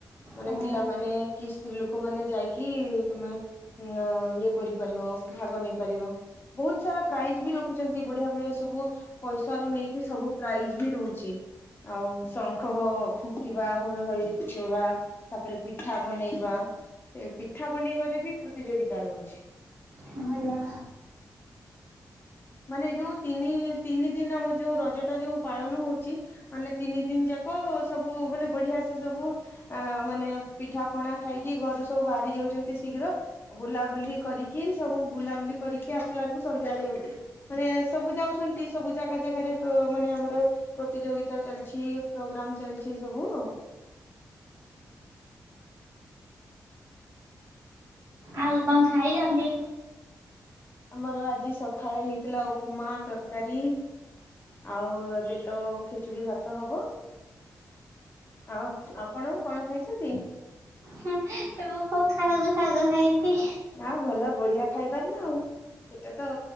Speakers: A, on the left; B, on the right.
A: ମାନେ
B: କି?
A: ପିଲାମାନେ କି ସ୍ତ୍ରୀ ଲୋକ ମାନେ ଯାଇକି ତମେ ଇଏ କରିପାରିବ ଭାଗ ନେଇପାରିବ। ବହୁତ ସାରା ପ୍ରାଇଜ ବି ରଖୁଛନ୍ତି ବଢିଆ ବଢିଆ ସବୁ ପଇସା ରୁ ନେଇକି ସବୁ ପ୍ରାଇଜ ବି ରହୁଛି। ଆଉ ଶଙ୍ଖ ଫୁଙ୍କିବା, ହୁଳହୁଳି ପକେଇବା, ତାପରେ ପିଠା ବନେଇବା ଏ ପିଠା ବନେଇବାରେ ବି ପ୍ରତିଯୋଗିତା ରହୁଛି।
B: ଭଲ।
A: ମାନେ ଯୋଉ ତିନି ତିନି ଦିନ ଆମର ଯୋଉ ରଜ ଟା ଯୋଉ ପାଳନ ହଉଚି ମାନେ ତିନି ଦିନି ଯାକ ସବୁ ମାନେ ବଢିଆ ସେ ସବୁ ଆଁ ମାନେ ପିଠା ପଣା ଖାଇକି ଘରୁ ସବୁ ବାହାରି ଯାଉଚନ୍ତି ଶୀଘ୍ର ବୁଲାବୁଲି କରିକି ସବୁ ବୁଲାବୁଲି କରିକି ଆସିଲା ବେଳକୁ ସନ୍ଧ୍ୟା ହେଇଯାଉଚି। ମାନେ ସବୁ ଯାଉଛନ୍ତି ସବୁ ଜାଗା ଜାଗାରେ ପ ମାନେ ଆମର ପ୍ରତିଯୋଗିତା ଚାଲିଛି ପ୍ରୋଗ୍ରାମ ଚାଲିଛି ସବୁ।
B: ଆଉ କଁ ଖାଇଚନ୍ତି?
A: ଆମର ଆଜି ସଖାଳେ ହେଇଥିଲା ଉପ୍ ମା ତରକାରୀ। ଆଉ ଏବେ ତ ଖେଚୁଡି ଭାତ ହବ। ଆଉ ଆପଣ କଣ ଖାଇଛନ୍ତି?
B: ହୁଁ ମୁଁ ପଖାଳ କୁ ଶାଗ ଖାଇଚି।
A: ଆ ଭଲ ବଢିଆ ଖାଇବାର ନା ଆଉ ସେଟା ତ